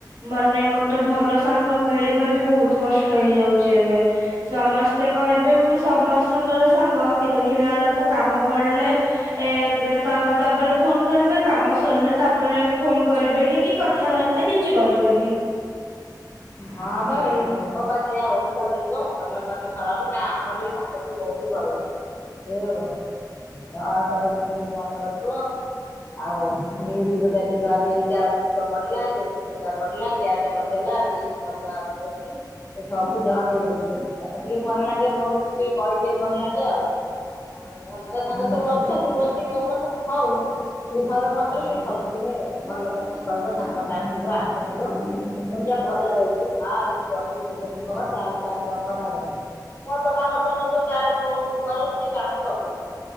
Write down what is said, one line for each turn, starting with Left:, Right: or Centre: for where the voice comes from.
Right: ମାନେ ଗୋଟେ ଭଲ ସାଙ୍ଗ ମିଳିବା ବି ବହୁତ କଷ୍ଟ ହେଇଯାଉଛି ଏବେ ସମସ୍ତେ କହିବେ ମୁ ସମସ୍ତଙ୍କର ସାଙ୍ଗ କି ଦେଖିଲା ବେଳକୁ କାମ ପଡିଲେ ଏ ତାପରେ ଫୋନ କରିବେ କାମ ସରିଲେ ତାପରେ ଫୋନ କରିବେନି କି କଥାବାର୍ତ୍ତା କିଛି କରି ବେନି
Left: ହଁ ପା ଏଇ ଯୁଗ ପା ସେଇଆ ଓଲଟା ଯୁଗ ଭଲ କରିନେ ଖରାପ ନା ଆମର ବି ସାଙ୍ଗ ଟୁ ବହୁତ ଭଲ ଏଇ ଆଉ ହଁ ସାରା ଦିନ ଫୋନ କରିବ ଆଉ ନ୍ୟୁଜ ରେ ଦେଖିବା ଯେ ଏଇଟା ଜିନିଷ ବଢିଲା ସେଇ ଜିନିଷଟା ବଢିଲା ଗ୍ୟାସ ବଢିଗଲା ସେଉଛି ସବୁ ଜଣେଇବ ଟିକେ ତାକୁ ଟିକେ ଭଲ ଲାଗେ ମୋ କତେ ଟିକେ କହିଦିଏ ଭଲ ଲାଗେ ଆଉ ଆଉ ଅଲଗା ସାଙ୍ଗ ସବୁ ଅଛନ୍ତି ବସିକ ଗଛ ସବୁ ହଉ ଟେ ଘରେ ପଖରେ ସବୁଦିନେ ଭଲ କଥା କହିବ ସାଙ୍ଗ ଡାକିବ ଆସୁନୋଲୋ। ଘରେ ରହିଛି ହ ଏଇଠି ବଷିକି ଦୁଖ ସୁଖ ଚାଲିବା ଖରା ହରିନି ମୋ ତ କାମ ସନଥିବ ତାର ପୁଅ ବୋଉ ଘର ସିଏ କାମ କରିଦେଇଥିବ